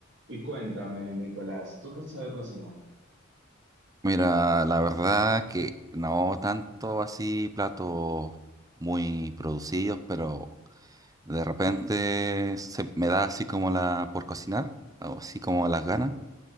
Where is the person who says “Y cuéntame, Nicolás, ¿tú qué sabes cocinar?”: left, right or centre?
Right